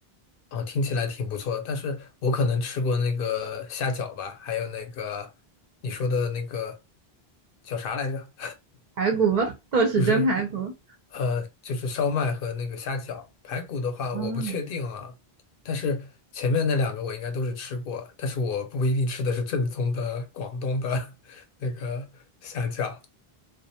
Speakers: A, on the left; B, on the right.
A: 哦，听起来挺不错，但是我可能吃过那个虾饺吧，还有那个你说的那个叫啥来着？
B: 排骨，
A: <laughs>
B: 豆豉蒸排骨。
A: 不是。呃，就是烧麦和那个虾饺。排骨的话，
B: 嗯，
A: 我不确定啊，但是前面那两个我应该都是吃过，但是我不一定吃的是正宗的广东的 <laughs> 那个虾饺。